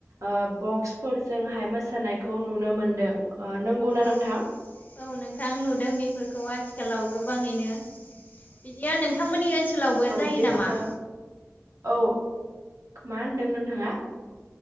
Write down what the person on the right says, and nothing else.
ओ बक्सफोरजोंहाय मोसानायखौ नुनो मोनदों ओ नंगौनाा नोंथां?
औ
बे
जोङो औ मा होनदों नोंथाङा?